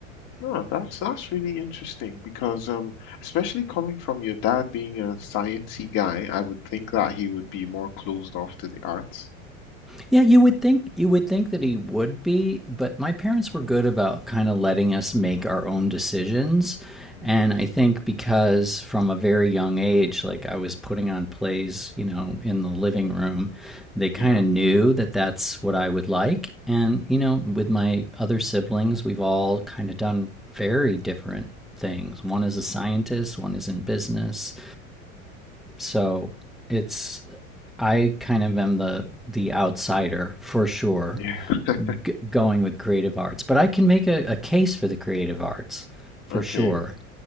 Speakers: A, on the left; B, in the centre.
A: No, that's that's really interesting because um especially coming from your dad being a sciencey guy, I would think that he would be more closed off to the arts.
B: Yeah, you would think you would think that he would be, but my parents were good about kind of letting us make our own decisions.
A: Mm,
B: And I think because from a very young age, like I was putting on plays, you know, in the living room, they kind
A: yeah.
B: of knew that that's what I would like. And, you know,
A: Mm,
B: with my other siblings, we've all kind of done very different things. One is a scientist, one is in business, so it's I kind of am the the outsider for sure
A: yeah. <laughs>
B: g- going with creative arts, but I can make a, a case for the creative arts for
A: Okay.
B: sure,